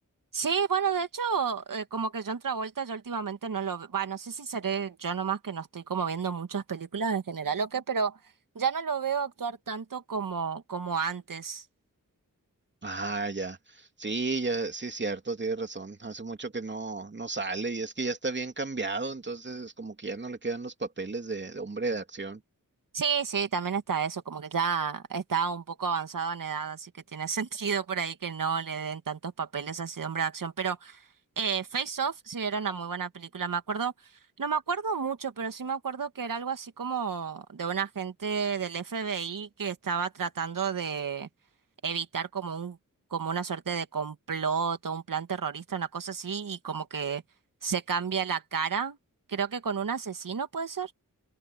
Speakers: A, on the right; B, on the right.
A: Sí, bueno, de hecho, eh, como que John Travolta yo últimamente no lo veo, no sé si seré yo nomás que no estoy como viendo muchas películas en general o qué, pero ya no lo veo actuar tanto como, como antes.
B: Ah, ya. Sí, ya, sí es cierto, tienes razón. Hace mucho que no, no sale y es que ya está bien cambiado, entonces como que ya no le quedan los papeles de de hombre de acción.
A: Sí, sí, también está eso, como que ya está un poco avanzado en edad, así que tiene <laughs> sentido por ahí que no le den tantos papeles así de hombre de acción, pero Eh, Face Off sí era una muy buena película, me acuerdo, no me acuerdo mucho, pero sí me acuerdo que era algo así como de un agente del FBI que estaba tratando de evitar como un, como una suerte de complot o un plan terrorista, una cosa así, y como que se cambia la cara, creo que con un asesino, ¿puede ser?